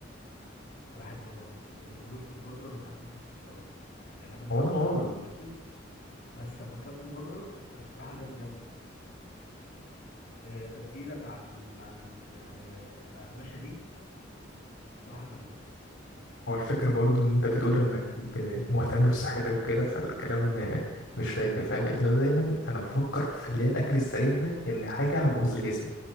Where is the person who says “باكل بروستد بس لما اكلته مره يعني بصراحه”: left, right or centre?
Left